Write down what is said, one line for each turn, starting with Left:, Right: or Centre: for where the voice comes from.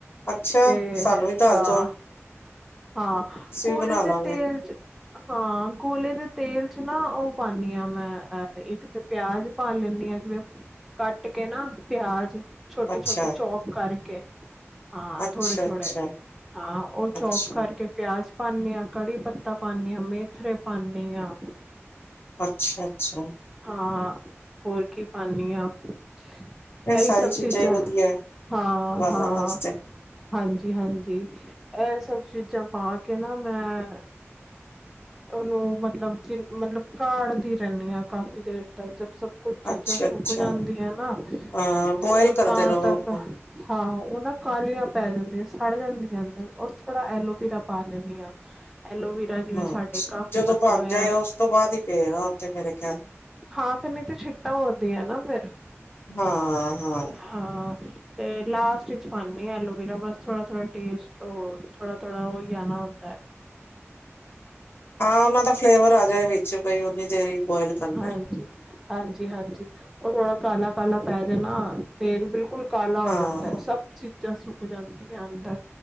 Left: ਅੱਛਾ,
Centre: ਤੇ
Left: ਸਾਨੂੰ ਵੀ ਦੱਸ
Centre: ਹਾਂ।
Left: ਦੋ
Centre: ਹਾਂ,
Left: ਅਸੀਂ
Centre: ਗੋਲੇ
Left: ਵੀ ਬਣਾ
Centre: ਦੇ
Left: ਲਾਂਗੇ।
Centre: ਤੇਲ ਚ ਹਾਂ। ਗੋਲੇ ਦੇ ਤੇਲ ਚ ਨਾ ਉਹ ਪਾਉਦੀ ਆ, ਮੈਂ ਅਹ ਇੱਕ ਤੇ ਪਿਆਜ ਪਾ ਲੈਂਦੀ ਹਾਂ ਜਿਵੇਂ। ਕੱਟ ਕੇ ਨਾ ਪਿਆਜ ਛੋਟੇ-ਛੋਟੇ
Left: ਅੱਛਾ,
Centre: ਚੌਪ ਕਰਕੇ। ਹਾਂ
Left: ਅੱਛਾ,
Centre: ਥੋੜੇ-ਥੋੜੇ,
Left: ਅੱਛਾ,
Centre: ਹਾਂ ਉਹ ਚੋਪ
Left: ਅੱਛਾ,
Centre: ਕਰਕੇ। ਪਿਆਜ ਪਾਉਦੇ ਹਾਂ, ਕੜੀ ਪੱਤਾ ਪਾਉਂਦੇ ਹਾਂ, ਮੇਥਰੇ ਪਾਉਦੇ ਹਾਂ।
Left: ਅੱਛਾ-ਅੱਛਾ
Centre: ਹਾਂ ਹੋਰ ਕੀ ਪਾਂਨੀ ਹਾ। ਇਹ ਹੀ
Left: ਸਾਰੀ
Centre: ਸਭ
Left: ਚੀਜ਼ਾਂ
Centre: ਚੀਜਾਂ
Left: ਹੀ ਵਧੀਆ ਹੈ
Centre: ਹਾਂ-ਹਾਂ।
Left: ਵਾਲਾਂ ਵਾਸਤੇ
Centre: ਹਾਂਜੀ-ਹਾਂਜੀ ਇਹ ਸਭ ਚੀਜ਼ਾਂ ਪਾ ਕੇ ਨਾ ਮੈਂ ਉਹਨੂੰ ਮਤਲਬ ਜਿ ਮਤਲਬ ਕਾੜਦੀ ਰਹਿੰਦੀ ਹਾਂ ਕਾਫ਼ੀ ਦੇਰ ਤੱਕ ਜ ਸ ਕੁੱਝ ਚੀਜ਼ਾਂ
Left: ਅੱਛਾ,
Centre: ਸੁੱਕ
Left: ਅੱਛਾ
Centre: ਜਾਂਦੀਆਂ ਨਾ
Left: ਹਾਂ
Centre: ਤੇ
Left: ਬੋਇਲ
Centre: ਮਤਲਬ
Left: ਕਰਦੇ
Centre: ਤਾਂ
Left: ਰਹੋ
Centre: ਤੱਕ
Left: ਉਹਨੂੰ
Centre: ਹਾਂ ਉਹ ਨਾ ਕਾਲੀਆਂ ਪੈ ਜਾਂਦੀਆਂ ਸੜ ਜਾਂਦੀਆਂ ਅੰਦਰ ਔਰ ਥੋੜ੍ਹਾ ਐਲੋਵੀਰਾ ਪਾ ਲੈਂਦੀ ਹਾਂ। ਐਲੋਵਰਾ ਜਿਵੇਂ ਸਾਡੇ।
Left: ਅੱਛਾ
Centre: ਕਾਫ਼ੀ
Left: ਜਦੋਂ
Centre: ਲੱਗਾ
Left: ਬਣ
Centre: ਹੋਇਆ
Left: ਜਾਏ ਉਸ ਤੋਂ ਬਾਅਦ ਹੀ ਪਏਗਾ ਉੱਥੇ ਮੇਰੇ ਖਿਆਲ।
Centre: ਹਾਂ ਫਿਰ ਨਹੀਂ ਤੇ ਛਿੱਟਾਂ ਉੱਡਦੀਆਂ ਨਾ ਫਿਰ।
Left: ਹਾਂ-ਹਾਂ।
Centre: ਹਾਂ। ਤੇ ਲਾਸਟ ਚ ਪਾਉਂਦੀ ਐਲੋਵੀਰਾ ਬਸ ਥੋੜ੍ਹਾ-ਥੋੜ੍ਹਾ ਟੇਸਟ ਉਹ ਥੋੜ੍ਹਾ-ਥੋੜ੍ਹਾ ਹੋ ਜਾਣਾ ਹੁੰਦਾ।
Left: ਹਾਂ ਉਹਨਾਂ ਦਾ ਫਲੇਵਰ ਆ ਜਾਏ ਵਿੱਚ ਬਈ ਉਨੀ ਦੇਰ ਹੀ ਬੋਇਲ। ਕਰਨਾ।
Centre: ਹਾਂਜੀ-ਹਾਂਜੀ-ਹਾਂਜੀ ਉਹ ਥੋੜਾ ਕਾਲਾ-ਕਾਲਾ ਪੈ ਜਾਣਾ ਤੇਲ ਬਿਲਕੁਲ। ਕਾਲਾ
Left: ਹਾਂ
Centre: ਹੋ ਜਾਂਦਾ ਹੈ, ਸਭ ਚੀਜ਼ਾਂ ਸੁੱਕ ਜਾਂਦੀਆਂ ਅੰਦਰ